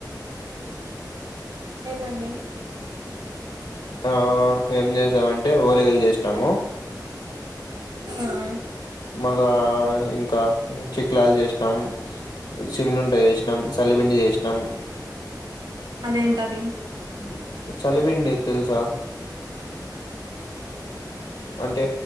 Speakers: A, on the right (about 70°); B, on the left (about 80°).
A: ఏమమి
B: ఆ ఏం చేసామంటే ఓలిగాలు చేస్ నమో
A: ఉహ్ ఉమ్
B: మళ్ళా ఇంకా ఉంచి <unintelligible> చేసినాం సున్నుంద చేసినాం సల్లిపిండి చేసినాం
A: అదేంటది
B: ఉమ్ చలివింది తెలుసా? అంటే